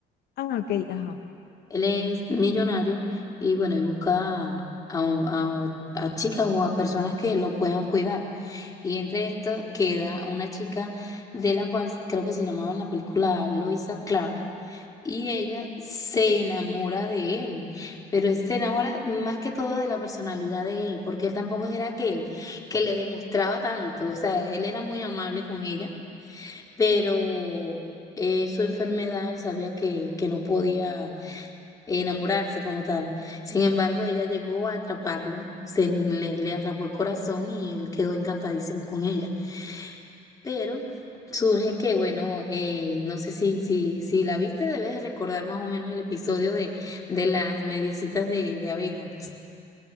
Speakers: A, on the left; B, on the left.
A: Ah, ok, ajá,
B: Él es millonario y bueno, y busca a, un- a- a chicas o a personas que lo puedan cuidar. Y entre esto queda una chica de la cual creo que se llamaba en la película Loisa Clark. Y ella se enamora de él, pero se enamora más que todo de la personalidad de él, porque él tampoco era que, que le demostraba tanto, o sea, él era muy amable con ella, pero eh, su enfermedad, él sabía que, que no podía e enamorarse como tal. Sin embargo, ella llegó a atraparlo, se le, le atrapó el corazón y él quedó encantadísimo con ella. Pero surge que, bueno, eh, no sé si, si, si la viste, debes de recordar más o menos el episodio de, de las mediecitas de, de abejas.